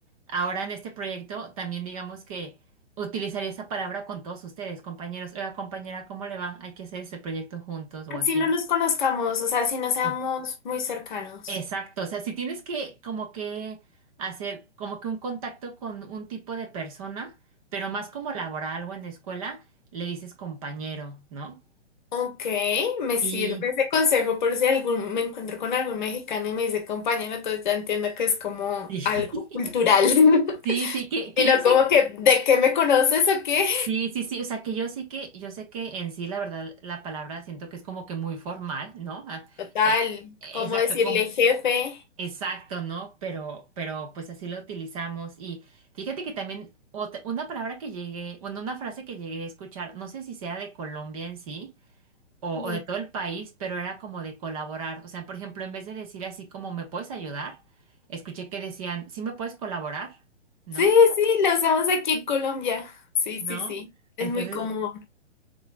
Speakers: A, on the right; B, on the left.
A: ahora en este proyecto también digamos que Utilizaré esa palabra con todos ustedes, compañeros. Oiga, compañera, ¿cómo le va? Hay que hacer ese proyecto juntos o
B: Así
A: así.
B: no nos conozcamos, o sea, así no seamos
A: Sí.
B: muy cercanos.
A: Exacto. O sea, si tienes que como que hacer como que un contacto con un tipo de persona, pero más como laboral o en la escuela, le dices compañero, ¿no?
B: Ok, me sirve
A: Y
B: ese consejo por si algún, me encuentro con algún mexicano y me dice compañero, entonces ya entiendo que es como
A: sí,
B: algo
A: <laughs>
B: cultural. <laughs>
A: sí, sí, que, que
B: Y no
A: yo sí,
B: como que, ¿de qué me conoces o qué?
A: sí, sí, sí, o sea, que yo sí que, yo sé que en sí, la verdad, la palabra siento que es como que muy formal, ¿no? Ah,
B: Total,
A: eh, Exacto,
B: como decirle
A: como,
B: jefe?
A: Exacto, ¿no? Pero, pero pues así lo utilizamos. Y fíjate que también ot- una palabra que llegué, bueno, una frase que llegué a escuchar, no sé si sea de Colombia en sí o,
B: Dime.
A: o de todo el país, pero era como de colaborar. O sea, por ejemplo, en vez de decir así como ¿me puedes ayudar? Escuché que decían, ¿sí me puedes colaborar? ¿No?
B: Sí, sí, lo usamos aquí en Colombia. Sí,
A: ¿No?
B: sí, sí. Es
A: Entonces,
B: muy común.